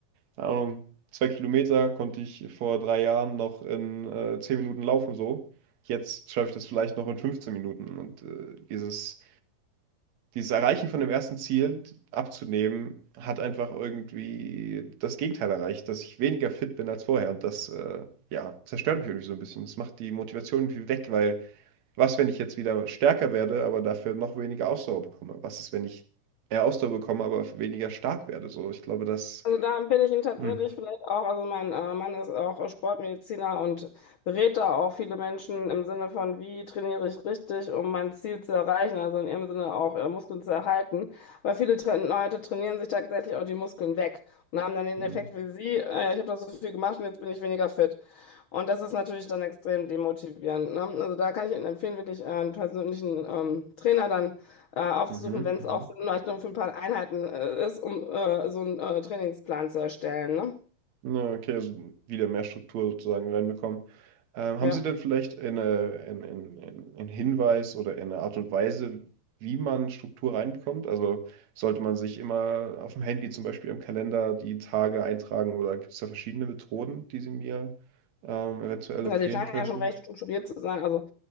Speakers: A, on the right; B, on the left.
A: keine Ahnung, zwei Kilometer konnte ich vor drei Jahren noch in äh, zehn Minuten laufen so. Jetzt schaffe ich das vielleicht noch in 15 Minuten. Und äh, dieses, dieses Erreichen von dem ersten Ziel abzunehmen, hat einfach irgendwie das Gegenteil erreicht, dass ich weniger fit bin als vorher. Und das, äh, ja, zerstört mich irgendwie so ein bisschen. Das macht die Motivation irgendwie weg, weil was, wenn ich jetzt wieder stärker werde, aber dafür noch weniger Ausdauer bekomme? Was ist, wenn ich mehr Ausdauer bekomme, aber weniger stark werde? So, ich glaube, das.
B: Also da empfehle ich ihn tatsächlich
A: Hm.
B: vielleicht auch. Also mein äh, Mann ist auch Sportmediziner und berät da auch viele Menschen im Sinne von, wie trainiere ich richtig, um mein Ziel zu erreichen, also in ihrem Sinne auch äh, Muskeln zu erhalten. Weil viele Tra Leute trainieren sich tatsächlich auch die Muskeln weg und haben dann den
A: hm.
B: Effekt wie Sie, äh, ich habe doch so viel gemacht und jetzt bin ich weniger fit. Und das ist natürlich dann extrem demotivierend, ne? Also da kann ich Ihnen empfehlen, wirklich äh, einen persönlichen ähm, Trainer dann äh, aufzusuchen,
A: Mhm,
B: wenn es
A: mhm.
B: auch vielleicht nur für ein paar Einheiten äh, ist, um äh, so einen äh, Trainingsplan zu erstellen. Ne?
A: Ja, okay, also wieder mehr Struktur sozusagen reinbekommen. Ähm,
B: Ja,
A: haben Sie denn vielleicht eine, einen einen einen einen Hinweis oder eine Art und Weise, wie man Struktur reinbekommt? Also sollte man sich immer auf dem Handy zum Beispiel im Kalender die Tage eintragen oder gibt es da verschiedene Methoden, die Sie mir ähm, eventuell
B: also
A: empfehlen
B: die scheinen
A: könnten?
B: ja schon recht strukturiert zu sein. Also,